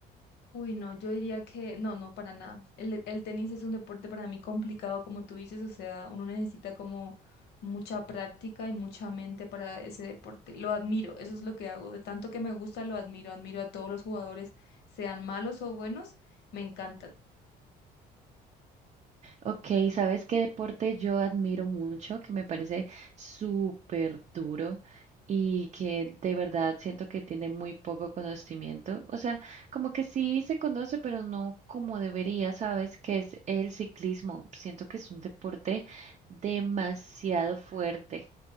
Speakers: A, on the left; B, on the right.
A: Uy, no, yo diría que no, no, para nada. El, el tenis es un deporte para mí complicado, como tú dices, o sea, uno necesita como mucha práctica y mucha mente para ese deporte. Lo admiro, eso es lo que hago. De tanto que me gusta, lo admiro. Admiro a todos los jugadores, sean malos o buenos, me encanta.
B: Ok, ¿sabes qué deporte yo admiro mucho, que me parece súper duro y que de verdad siento que tiene muy poco conocimiento? O sea, como que sí se conoce, pero no como debería, ¿sabes? Que es el ciclismo. Siento que es un deporte demasiado fuerte.